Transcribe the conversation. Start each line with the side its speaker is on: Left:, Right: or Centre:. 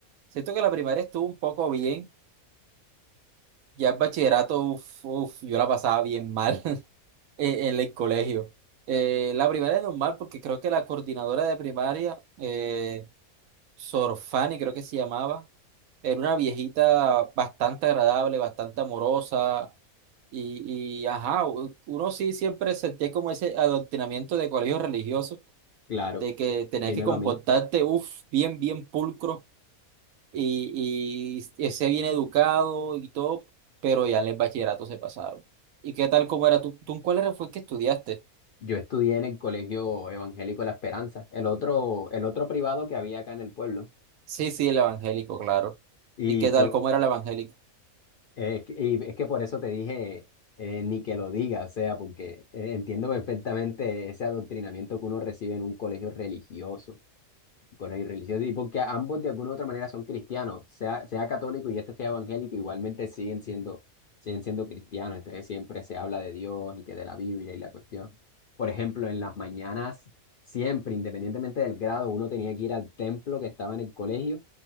Right: siento que la primaria estuvo un poco bien. Ya el bachillerato, uf, uf, yo la pasaba bien mal <laughs> en, en el colegio. Eh, la primaria es normal porque creo que la coordinadora de primaria, eh, Sor Fanny, creo que se llamaba, era una viejita bastante agradable, bastante amorosa. Y, y ajá, u- uno sí siempre sentía como ese adoctrinamiento de colegio religioso.
Left: Claro,
Right: de que tenés
Left: dímelo
Right: que comportarte,
Left: a mí.
Right: uff, bien, bien pulcro y, y, ese bien educado y todo, pero ya en el bachillerato se pasaron. ¿Y qué tal cómo era tú? ¿Tú en cuál era fue que estudiaste?
Left: Yo estudié en el Colegio Evangélico La Esperanza, el otro, el otro privado que había acá en el pueblo.
Right: Sí, sí, el evangélico, claro.
Left: Y
Right: ¿Y qué
Left: pues
Right: tal cómo era el evangélico?
Left: Es que, y es que por eso te dije, eh, ni que lo diga, o sea, porque eh, entiendo perfectamente ese adoctrinamiento que uno recibe en un colegio religioso con el religioso y porque ambos de alguna u otra manera son cristianos, sea, sea católico y este sea evangélico, igualmente siguen siendo, siguen siendo cristianos, entonces siempre se habla de Dios y que de la Biblia y la cuestión. Por ejemplo, en las mañanas, siempre, independientemente del grado, uno tenía que ir al templo que estaba en el colegio